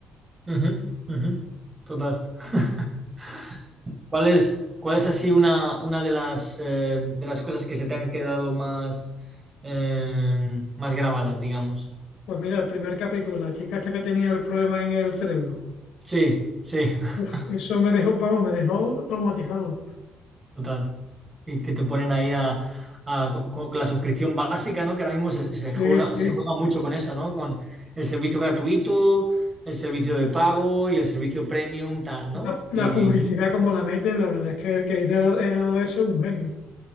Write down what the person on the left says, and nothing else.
Pues mira, el primer capítulo, la chica esta que tenía el problema en el cerebro.
Uf, eso me dejó, vamos, me dejó traumatizado.
Sí,
sí.
La, la
publicidad como la meten, la verdad es que el que ha dado ha dado eso es un genio.